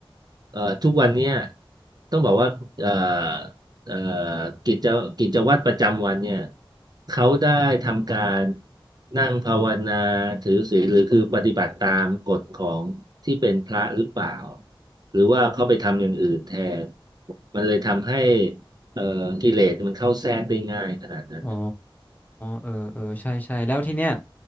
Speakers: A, on the right; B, on the left.
A: เอ่อทุกวันเนี่ยต้องบอกว่าเอ่อเอ่อกิจกิจวัตรประจำวันเนี่ยเขาได้ทำการนั่งภาวนาถือศีลหรือคือปฏิบัติตามกฎของที่เป็นพระหรือเปล่าหรือว่าเขาไปทำอย่างอื่นแทนมันเลยทำให้เอ่อกิเลสมันเข้าแทรกได้ง่ายขนาดนั้น
B: อ๋อเออเออใช่ใช่แล้วทีเนี้ย